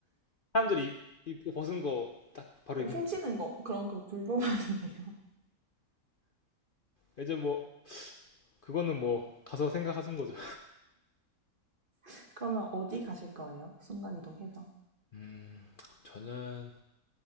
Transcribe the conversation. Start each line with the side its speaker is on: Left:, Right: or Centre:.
Left: 사람들이 입- 입고 벗은 거 딱 바로 입는
Right: 훔치는 거, 그럼 그거 불법 아니에요?
Left: 거예요. 이제 뭐, 그거는 뭐 가서 생각하신 거죠.
Right: <laughs> 그러면 어디 가실 거예요? 순간이동해서?
Left: 음, 저는